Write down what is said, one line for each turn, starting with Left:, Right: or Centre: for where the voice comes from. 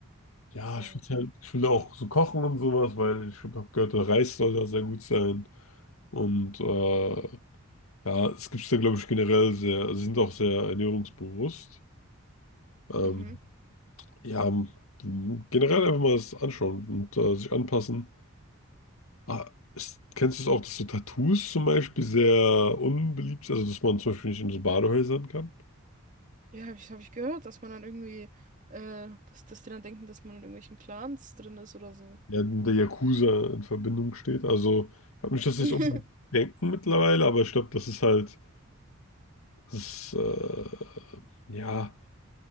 Left: Ja,
Right: So.
Left: ich will halt, ich will auch so kochen und sowas, weil ich habe gehört, der Reis soll da sehr gut sein. Und äh, ja, es gibt es da, glaube ich, generell sehr, also sie sind auch sehr ernährungsbewusst. Ähm,
Right: Mhm.
Left: ja, generell einfach mal das anschauen und äh, sich anpassen. Ah, ist, kennst du es auch, dass so Tattoos zum Beispiel sehr unbeliebt sind, also dass man zum Beispiel nicht in so Badehäusern kann?
Right: Ja, habe ich, hab ich gehört, dass man dann irgendwie, äh, dass, dass die dann denken, dass man in irgendwelchen Clans drin ist oder so.
Left: ja, mit der Yakuza in Verbindung steht. Also, ich glaube nicht, dass sie
Right: <laughs>
Left: es unbedingt denken mittlerweile, aber ich glaube, das ist halt, das ist, äh, ja,